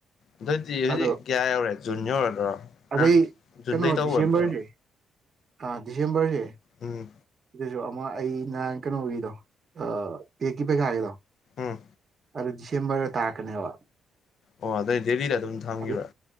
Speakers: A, on the left (about 65°); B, on the right (about 45°).
A: ꯑꯗꯨꯑꯣꯏꯗꯤ ꯍꯧꯖꯤꯛ
B: ꯑꯗꯣ
A: ꯀꯌꯥ ꯌꯧꯔꯦ ꯖꯨꯟ ꯌꯧꯔꯗ꯭ꯔꯣ
B: ꯑꯗꯩ
A: ꯅꯪ ꯖꯨꯟꯗꯩ
B: ꯀꯩꯅꯣ
A: ꯇꯧꯒꯗ꯭ꯔꯣ
B: ꯗꯤꯁꯦꯝꯕ꯭ꯔꯖꯦ ꯑꯥ ꯗꯤꯁꯦꯝꯕ꯭ꯔꯖꯦ
A: ꯎꯝ
B: ꯁꯤꯗꯖꯨ ꯑꯃ ꯑꯩ ꯅꯍꯥꯟ ꯀꯩꯅꯣꯒꯤꯗꯣ ꯑꯥ ꯄꯦꯛꯀꯤ ꯄꯩꯈꯥꯒꯤꯗꯣ
A: ꯎꯝ
B: ꯑꯗꯨ ꯗꯤꯁꯦꯝꯕ꯭ꯔꯗ ꯇꯥꯔꯛꯀꯅꯦꯕ
A: ꯑꯣ ꯑꯗꯩ ꯗꯦꯜꯂꯤꯗ ꯑꯗꯨꯝ ꯊꯝꯒꯤꯕ꯭ꯔꯥ
B: ꯑꯗꯨ